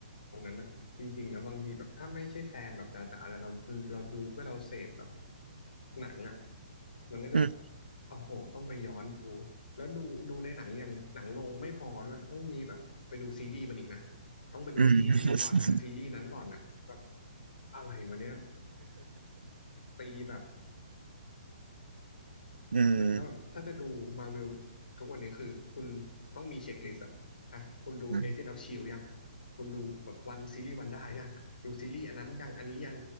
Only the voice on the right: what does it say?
อืม
อืม
อืม
อืม